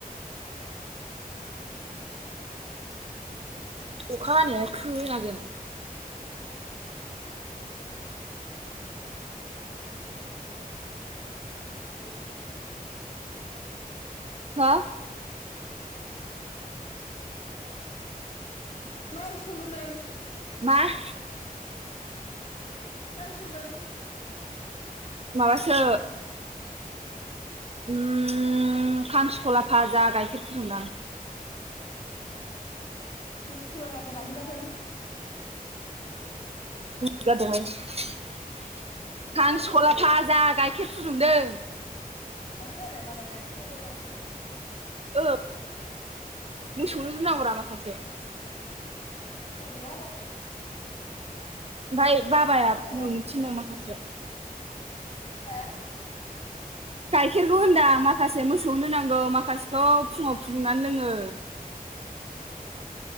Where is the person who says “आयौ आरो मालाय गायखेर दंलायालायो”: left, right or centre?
Left